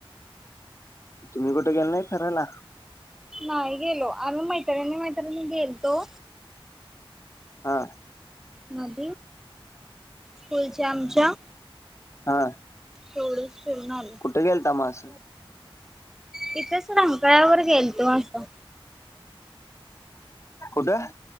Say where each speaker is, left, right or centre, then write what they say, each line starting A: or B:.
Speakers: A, on the left; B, in the centre.
A: तुम्ही कुठे गेल नाही फिरायला
B: नाही गेलो आम्ही मैत्रिणीनी मैत्रिणी गेलतो
A: हा
B: मध फुलच्या आमच्या
A: हा
B: तेवढच फिरून आले
A: कुठे गेल त मास
B: तिथेच रंकाळ्यावर गेल तू असं
A: कुठं